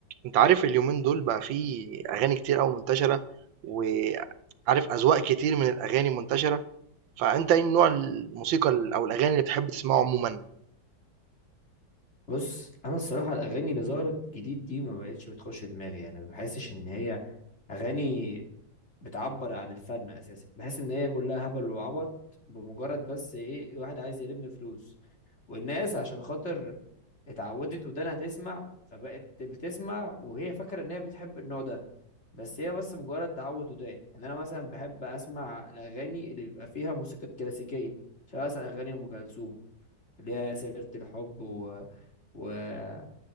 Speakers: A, on the right; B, on the left.
A: أنت عارف اليومين دول بقى فيه أغاني كتير أوي منتشرة، وعارف أذواق كتير من الأغاني منتشرة، فأنت إيه نوع الموسيقى ال أو الأغاني اللي بتحب تسمعه عمومًا؟
B: بص انا الصراحه الاغاني اللي ظهرت جديد دي ما بقتش بتخش دماغي يعني ما بحسش ان هي اغاني بتعبر عن الفن اساسا بحس ان هي كلها هبل وعبط بمجرد بس ايه واحد عايز يلم فلوس والناس عشان خاطر اتعودت ودانها تسمع فبقت بتسمع وهي فاكره ان هي بتحب النوع ده بس هي بس مجرد تعود ودان ان انا مثلا بحب اسمع الاغاني اللي بيبقى فيها موسيقات كلاسيكيه شبه مثلا اغاني ام كلثوم اللي هي سيره الحب و...